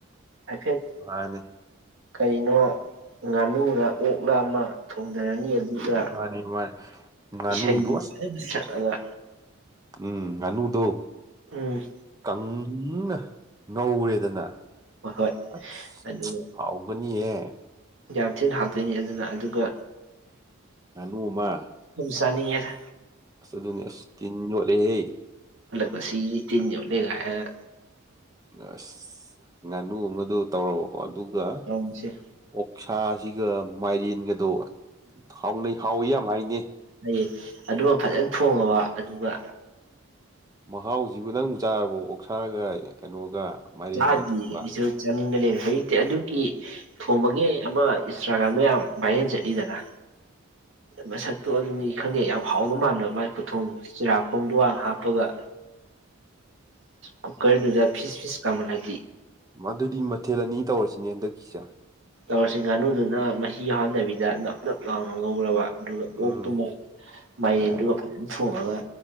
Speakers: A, on the right; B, on the right.
A: ꯍꯥꯏꯐꯦꯠ
B: ꯃꯅꯦ꯫
A: ꯀꯔꯤꯅꯣ ꯉꯥꯅꯨꯔ ꯑꯣꯛꯂ ꯑꯃ ꯊꯣꯡꯗꯔꯅꯤ ꯑꯗꯨꯒ
B: ꯃꯥꯅꯦ ꯃꯥꯅꯦ ꯉꯥꯅꯨꯗꯣ
A: ꯏꯁꯩ <unintelligible>
B: ꯑꯁ
A: ꯑꯥꯌꯥ
B: ꯎꯝ ꯉꯥ ꯅꯨꯗꯣ
A: ꯎꯝ
B: ꯀꯪꯅ ꯉꯧꯔꯦꯗꯅ
A: ꯍꯣꯏ ꯍꯣꯏ
B: ꯑꯁ
A: ꯑꯗꯨꯒ
B: ꯍꯥꯎꯕꯅꯤꯌꯦ!
A: ꯌꯥꯝ ꯊꯤꯅ ꯍꯥꯎꯇꯣꯏꯅꯤ ꯑꯗꯨꯅ ꯑꯗꯨꯒ
B: ꯉꯥꯅꯨ ꯑꯃ
A: ꯆꯥꯅꯤꯡ ꯉꯦꯗꯥ
B: ꯑꯁ ꯑꯗꯨꯅꯤ ꯑꯁ ꯇꯤꯟ ꯌꯣꯠꯂꯦ ꯍꯦ ꯫
A: ꯃꯁꯤꯒꯤ ꯇꯤꯟ ꯌꯣꯠꯂꯦ ꯒ ꯍꯥꯏ
B: ꯑꯁ ꯉꯥꯅꯨ ꯑꯃꯗꯣ ꯇꯧꯔꯛ ꯑꯣ ꯑꯗꯨꯒ
A: ꯇꯧꯔꯤꯁꯦ
B: ꯑꯣ ꯁꯥꯁꯤꯒ ꯃꯥꯏꯔꯦꯟꯒꯗꯣ ꯍꯥꯎꯅꯩ ꯍꯥꯎꯋꯤ ꯌꯥꯝ ꯍꯥꯏꯅꯦ
A: ꯍꯣꯏꯌꯦ ꯑꯗꯨꯒ ꯐꯖꯅ ꯊꯣꯉꯕ ꯑꯗꯨꯒ
B: ꯃꯍꯥꯎ ꯖꯤꯕꯨ ꯅꯪ ꯆꯥꯔꯕ ꯑꯣꯛꯁꯥꯒ ꯀꯩꯅꯣꯒ ꯃꯥꯏꯔꯦꯟꯒ
A: ꯆꯥꯗ꯭ꯔꯤ
B: ꯊꯣꯡꯕ
A: ꯑꯩꯁꯨ ꯆꯥꯅꯤꯡꯕ ꯂꯩꯔꯦ ꯍꯧꯖꯤꯛꯇꯤ ꯑꯗꯨꯒꯤ ꯊꯣꯡꯕꯒꯤ ꯑꯃ ꯏꯟꯁꯇꯥ꯭ꯔꯒ꯭ꯔꯥꯝꯗ ꯌꯥꯝ ꯚꯥꯏ ꯍꯦꯟ ꯆꯠꯂꯤꯗꯅ ꯃꯁꯛꯇꯣ ꯑꯗꯨꯅꯤ ꯈꯪꯗꯦ ꯌꯥꯝ ꯍꯥꯎꯕ ꯃꯥꯟꯕ ꯃꯥꯏ ꯈꯨꯊꯣꯡꯗ ꯆꯤꯔꯥꯛ ꯈꯣꯡꯗꯋꯥꯡ ꯍꯥꯞꯄꯒ ꯀꯨꯀꯔ ꯗꯨꯗ ꯐꯤꯤꯁ ꯐꯤꯁ ꯀꯃ ꯍꯥꯏ
B: ꯃꯗꯨꯗꯤ ꯃꯊꯦꯂꯅꯤ ꯇꯧꯔꯁꯤꯅꯦ ꯍꯟꯗꯛꯀꯤꯁꯦ
A: ꯇꯧꯔꯁꯤ ꯉꯥꯅꯨꯗꯨꯅ ꯃꯍꯤ ꯌꯥꯎꯍꯟꯗꯕꯤꯗ ꯅꯞ ꯅꯞ ꯂꯥꯎꯅ ꯉꯧꯔꯕ ꯑꯗꯨꯒ
B: ꯎꯝ
A: ꯑꯣꯛꯇꯨ ꯃꯟꯗꯨꯒ
B: ꯌꯥꯏ
A: ꯐꯖꯅ ꯊꯣꯡꯉꯒ